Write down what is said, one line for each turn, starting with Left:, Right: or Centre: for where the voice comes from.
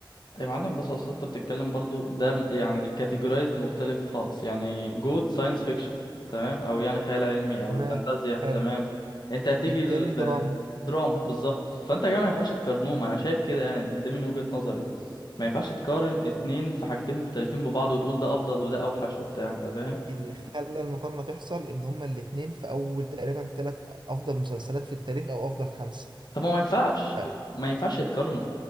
Left: يا معلم بص اصل انت بتتكلم برضو ده م- يعني الكاتيجورايزد مختلف خالص يعني جوت ساينس فيكشن تمام او يعني خيال علمي او
Right: تمام
Left: فانتازيا
Right: حلو
Left: تمام انت هتيجي
Right: التاني دراما
Left: الدراما بالظبط فانت يا جماعه ما ينفعش تقارنهم انا شايف كده يعني دي من وجهة نظري ما ينفعش تقارن اتنين في حاجتين مختلفين ببعض وتقول ده افضل وده اوحش وبتاع انت فاهم
Right: اللي خلى المقارنة تحصل إن هما الاتنين في أول تقريبا تلات أفضل مسلسلات في التاريخ أو أفضل خمسة
Left: طب ما ما ينفعش
Right: ف-
Left: ما ينفعش يتقارنوا